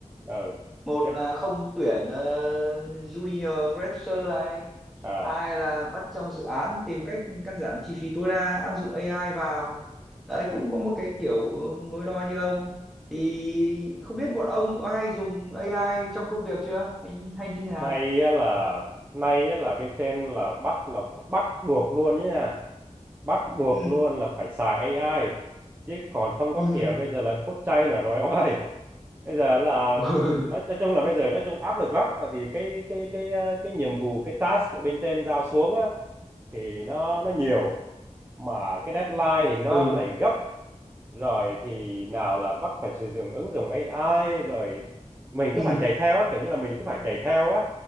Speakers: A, on the right; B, in the centre.
A: ờ
B: một
A: thế
B: là không tuyển ờ, junior fresher này
A: à
B: hai là bắt trong dự án tìm cách cắt giảm chi phí tối đa áp dụng AI vào đấy
A: ừ
B: cũng có một cái kiểu ờ, nối đo như ông thì không biết bọn ông có hay dùng AI trong công việc chưa hay hay như thế nào
A: nay á là nay á là bên trên là bắt là bắt buộc luôn nhé nha bắt buộc
B: ừ
A: luôn là phải xài AI chứ còn không
B: ừ
A: có kiểu bây giờ là cốt chay nữa rồi ông ơi bây giờ là
B: <laughs>
A: nói, nói chung là bây giờ nói chung áp lực lắm tại vì cái cái cái ờ, cái nhiệm vụ cái task ở bên trên giao xuống á thì nó nó nhiều mà cái deadline thì nó
B: ừ
A: lại gấp rồi thì nào là bắt phải sử dụng ứng dụng AI rồi mình
B: ừ
A: cứ phải chạy theo á kiểu như là mình cứ phải chạy theo á